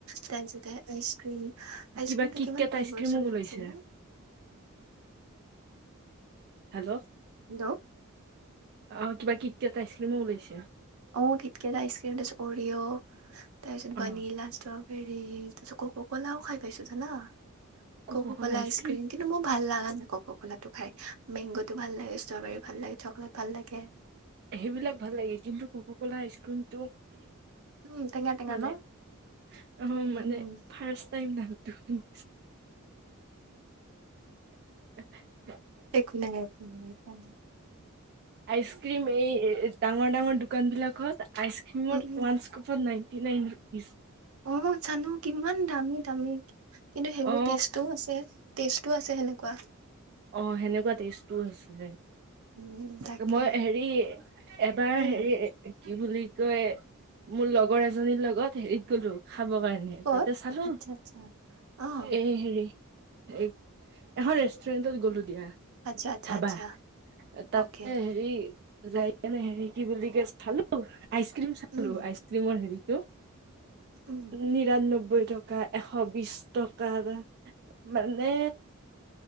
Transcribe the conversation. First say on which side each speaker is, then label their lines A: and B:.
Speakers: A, on the right (about 80°); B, on the right (about 50°).
A: তাৰপিছতে আইচ ক্ৰীম, আইচক্ৰীমটো
B: কিবা কিট
A: কিমান
B: কেট
A: <unintelligible>
B: আইচক্ৰীমো ওলাইছে
A: আছে ন।
B: Hello,
A: hello.
B: অ, কিবা কি কেট আইছ ক্ৰীমো উলাইছে।
A: <unintelligible> কেট আইচ ক্ৰীম তাৰপিছত অৰিঅ। তাৰপিছত বনিলা
B: অ
A: ষ্ট্ৰবেৰী তাৰপিছত কককোলাও খাই পাইছো জানা
B: কক
A: কককলা
B: কলা আইচক্ৰীম
A: আইচ ক্ৰীম কিন্তু মোৰ ভাল লগা কক ক'লাতো খাই, মেংগতো ভাল লাগে, ষ্ট্ৰবেৰী ভাল লাগে, চকলেট ভাল লাগে।
B: সেইবিলাক ভাল লাগে কিন্তু কক কলা আইচক্ৰীমটো
A: উম টেঙা টেঙা
B: মানে,
A: ন
B: অ',
A: উম
B: মানে ফাৰচ টাইম <unintelligible> <unintelligible> <unintelligible>
A: একো নাই, একো নাই, <unintelligible>
B: আইচ ক্ৰিম এই, ডাঙৰ, ডাঙৰ দোকান বিলাকত, আইচক্ৰিমৰ
A: উম উম
B: ওৱানস কপন নাই থি নাইন ৰুপিছ।
A: অ জানো কিমান দামী দামী কিন্তু সেইবোৰ
B: অ
A: টেষ্টো আছে টেষ্টো আছে সেনেকুৱা
B: অ', সেনেকুৱা টেষ্টো আছিল।
A: উম তাকে
B: মই হেৰি এবাৰ
A: উম
B: হেৰি কি বুলি কয় মোৰ লগৰ এজনীৰ লগত হেৰিত গ'লো খাব কাৰণে
A: ক'ত
B: তাতে চালো
A: আচ্ছা আচ্ছা অ
B: এ হেৰি, এই এখন, নত গ'লো দিয়া।
A: আচ্ছা আচ্ছা
B: ধাবা,
A: আচ্ছা
B: তাতে
A: অকে
B: হেৰি, যাই কেনে হেৰি কি বুলি ক চালো আইচক্ৰীম চালো
A: উম
B: আইচক্ৰীমৰ হেৰি, কি? উ
A: উম
B: নিৰান্নব্বৈ নবৈ টকা এশ বিশ টকাৰ ম, মানে,